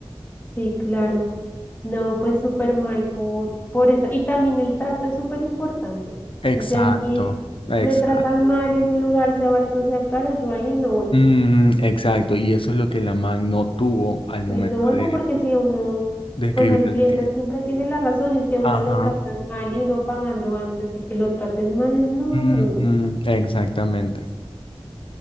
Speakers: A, on the left; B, on the left.
A: sí, claro. No, pues súper mal por, por eso. Y también el trato es súper importante.
B: Exacto,
A: O sea, si a mí
B: exacto.
A: me tratan mal en un lugar, sea barato, sea caro, yo ahí no vuelvo.
B: Mm, exacto, y eso es lo que la man no tuvo al momento
A: Yo ahí no vuelvo
B: de,
A: porque si a uno,
B: de escribirle
A: pues el cliente
B: al cliente.
A: siempre tiene la razón y si a uno
B: Ajá,
A: lo tratan mal y uno pagando antes y que lo traten mal, no,
B: ujú,
A: no, no.
B: exactamente.